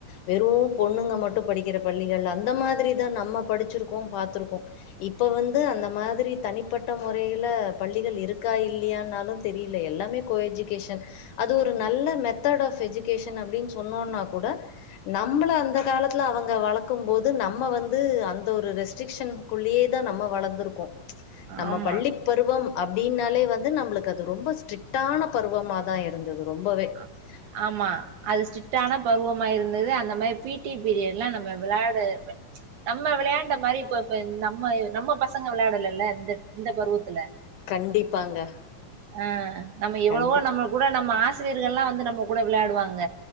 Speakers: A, on the left (about 70°); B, on the right (about 65°).
A: வெறு பொண்ணுங்க மட்டு படிக்கிற பள்ளிகள் அந்த மாதிரிதா நம்ம படிச்சிருக்கோ பாத்துருக்கோ இப்ப வந்து அந்த மாதிரி தனிப்பட்ட முறை யில பள்ளிகள் இருக்கா இல்லையானாலு தெரில எல்லாமே கோ எஜுகேஷன் அது ஒரு நல்ல மெத்தட் ஆஃப் எஜுகேஷன் அப்டின் சொன்னோன்னா கூட நம்மள அந்த காலத்துல அவங்க வளக்கும் போது நம்ம வந்து அந்த ஒரு ரெஸ்ட்ரிக்ஷன் குள்ளயேதா நம்ம வளர்ந்திருக்கோ நம்ம
B: ஆமா
A: பள்ளி பருவம் அப்டின்னாலே வந்து நம்மளுக்கு அது ரொம்ப ஸ்ட்ரிக்டான பருவமாதா இருந்தது ரொம்பவே !
B: ஆ-
A: !!!!
B: ஆமா அது ஸ்ட்ரிக்டான பருவமா இருந்தது அந்த மாரி பி டி பீரியட்லா நம்ம விளையாடு நம்ம விளையாண்ட மாரி இப்ப இப்ப இந் நம்ம நம்ம பசங்க விளையாடலல்ல இந்த இந்த பருவத்துல
A: கண்டிப்பாங்க
B: ஆ நம்ம எவ்ளவோ
A: கண்டிப்
B: நம்ம கூட நம்ம ஆசிரியர்கள்லா வந்து நம்ம கூட விளையாடுவாங்க